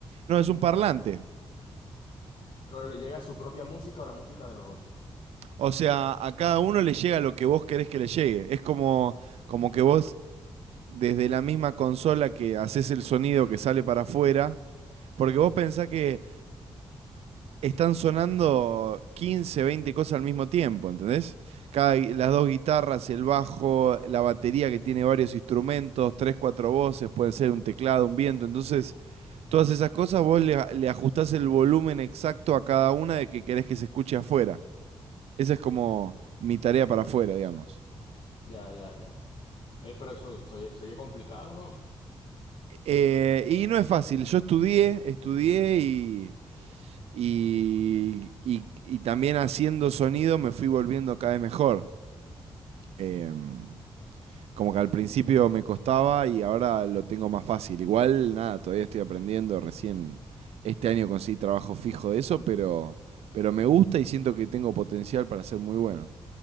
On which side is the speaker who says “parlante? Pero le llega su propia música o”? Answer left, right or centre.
Left